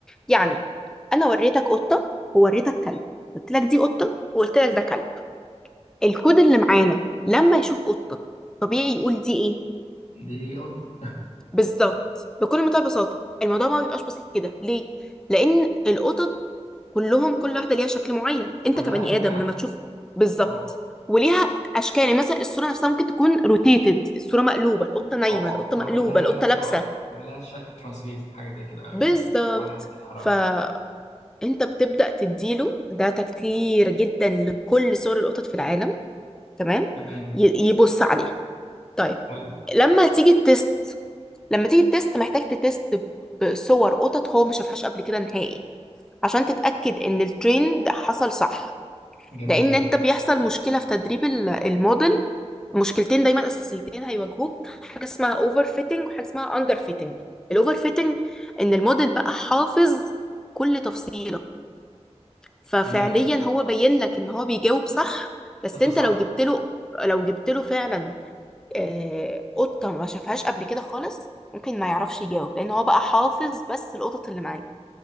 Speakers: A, in the centre; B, on the left.
A: يعني انا وريتك قطه ووريتك كلب قلت لك دي قطه وقلت لك ده كلب الكود اللي معانا لما يشوف قطه طبيعي يقول دي ايه
B: دي قط
A: بالظبط بكل منتهى البساطه الموضوع ما بيبقاش بسيط كده ليه لان القطط كلهم كل واحده ليها شكل معين انت
B: ولها
A: كبني
B: انواع
A: ادم لما تشوف بالظبط
B: اه
A: وليها اشكال يعني مثلا الصوره نفسها ممكن تكون روتيتد الصوره مقلوبه القطه نايمه
B: اه اه
A: القطه
B: معمل
A: مقلوبه
B: لها
A: القطه لابسه
B: اه معمل لها شكل ترانسليتد حاجه زي كده آه،
A: بالظبط
B: يعني متحركه
A: فانت
B: كده
A: بتبدا تديله داتا كتير جدا لكل صور القطط في العالم تمام
B: تمام
A: ي- يبص عليها طيب
B: حلو
A: لما تيجي التست لما تيجي التست محتاج تتست بصور قطط هو ما شافهاش قبل كده نهائي عشان تتاكد ان الترند حصل صح
B: جميل
A: لان
B: جدا
A: انت بيحصل مشكله في تدريب ال- الموديل مشكلتين دايما اساسيتين هيواجهوك حاجه اسمها اوفر فيتنج وحاجه اسمها اندر فيتنج الاوفر فيتنج ان الموديل بقى حافظ كل تفصيله ففعليا
B: تمام
A: هو بين لك ان هو بيجاوب صح بس
B: فده
A: انت
B: صح
A: لو جبت له لو جبت له فعلا آه، قطه ما شافهاش قبل كده خالص ممكن ما يعرفش يجاوب لان هو بقى حافظ بس القطط اللي معاه